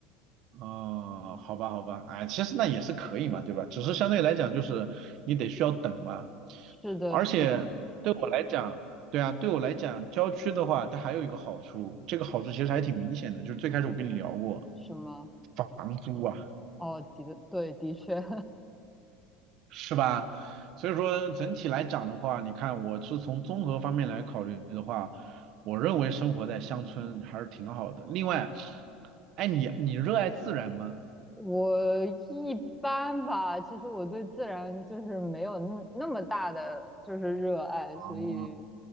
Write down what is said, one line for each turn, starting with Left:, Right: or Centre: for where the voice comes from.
Right: 哦，好吧，好吧，哎，其实那也是可以嘛，对吧？只是相对来讲，就是你得需要等嘛。
Centre: 是的，
Right: 而且对我来讲，
Centre: 是的，
Right: 对啊，对我来讲，郊区的话，它还有一个好处，这个好处其实还挺明显的，就是最开始我跟你聊过，
Centre: 什么？
Right: 房租啊。
Centre: 哦，的的，对，的确，
Right: 是吧？所以说整体来讲的话，你看我是从综合方面来考虑的话，我认为生活在乡村还是挺好的。另外，哎，你你热爱自然吗？
Centre: <laughs> 我一般吧。其实我对自然就是没有那那么大的就是热爱，
Right: 啊，
Centre: 所以